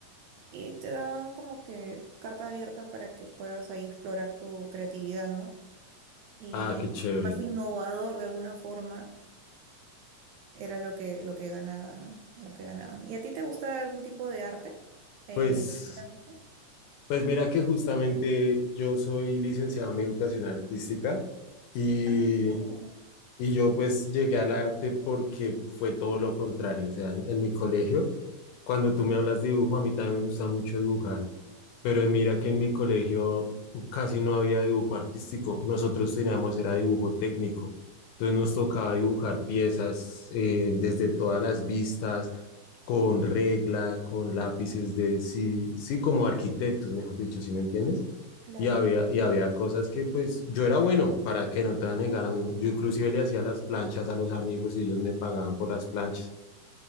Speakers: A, on the right; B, on the left.
A: Y te daban como que carta abierta para que puedas ahí explorar tu creatividad, ¿no? Y
B: Ah, qué chévere.
A: más innovador de alguna forma era lo que, lo que ganaban, ¿no? Los que ganaban. ¿Y a ti te gusta algún tipo de arte en
B: Pues,
A: la escuela, no sé?
B: pues mira que justamente yo soy licenciado en educación artística y,
A: Ah, qué chévere.
B: y yo pues llegué al arte porque fue todo lo contrario. O sea, en, en mi colegio, cuando tú me hablas de dibujo, a mí también me gusta mucho dibujar. Pero en- mira que en mi colegio casi no había dibujo artístico, nosotros teníamos era dibujo técnico, entonces nos tocaba dibujar piezas eh, desde todas las vistas, con regla, con lápices de, sí, sí, como arquitectos, mejor dicho, ¿sí me entiendes?
A: Claro.
B: Y había, y había cosas que pues yo era bueno, para que no te voy a negar, a mí, yo inclusive le hacía las planchas a los amigos y ellos me pagaban por las planchas